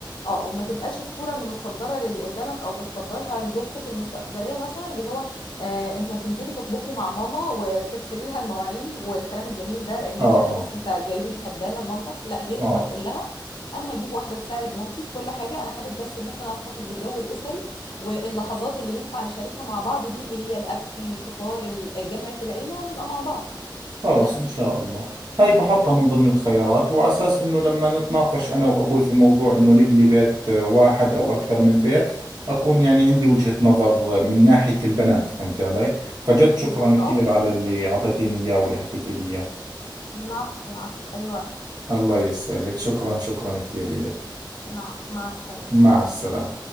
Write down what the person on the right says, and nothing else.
اه
اه
اه
خلص
ان شاء الله هاي بحطها من ضمن الخيارات وعلى اساس انه لما نتناقش انا وابوي في موضوع انه نبني بيت آه، واحد او اكثر من بيت اكون يعني عندي وجهة نظر آه، من ناحية البنات فهمت علي فجد شكرا
كثير
على اللي اعطيتيني اياه واللي حكيتي لي اياه
الله يسعدك شكرا شكرا كثير لك
مع السلامة